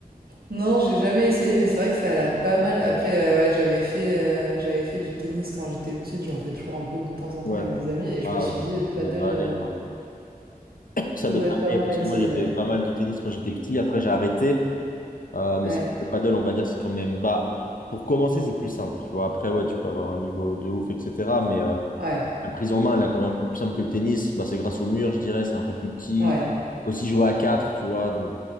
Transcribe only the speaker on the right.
Non, j'ai jamais essayé, mais c'est vrai que ça a l'air pas mal. Après, euh, ouais, j'avais fait, euh, j'avais fait du tennis quand j'étais petite, j'en fais toujours un peu de temps en temps
avec des amis, et je
me suis
dit, paddle,
euh,
ça
doit être pas
mal
à
essayer,
ouais.
Ouais,
ouais,
ouais.